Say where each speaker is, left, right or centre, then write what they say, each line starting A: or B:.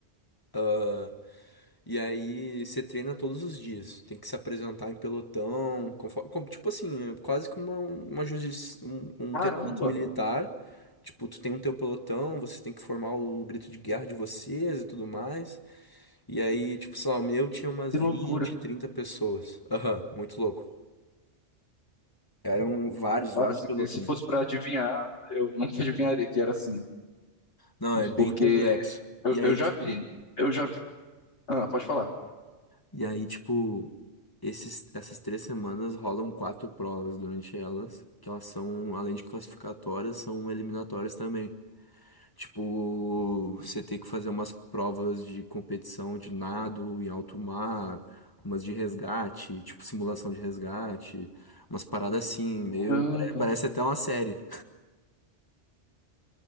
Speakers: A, on the left (about 20°); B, on the left (about 75°).
A: Ah, e aí você treina todos os dias. Tem que se apresentar em pelotão, conforme, como- tipo assim, é quase que uma, uma juris- um, um
B: Caramba,
A: treinamento militar. Tipo, tu tem um teu pelotão, você tem que formar o grito de guerra de vocês e tudo mais. E aí, tipo, sei lá, o meu tinha umas
B: que
A: 20
B: loucura.
A: 30 pessoas. Aham, muito louco. Eram vários,
B: Cara,
A: vários
B: se,
A: pelotões.
B: se fosse pra adivinhar, eu nunca <laughs> adivinharia que era assim.
A: Não, é bem
B: Porque
A: complexo.
B: Eu,
A: E aí,
B: eu já
A: tipo,
B: vi, eu já vi. Ah, pode falar.
A: e aí, tipo, esses, essas três semanas rolam quatro provas durante elas, que elas são, além de classificatórias, são eliminatórias também. Tipo, você ter que fazer umas provas de competição de nado em alto mar, umas de resgate, tipo simulação de resgate, umas paradas assim, meio.
B: Caramba,
A: é, Parece até uma série.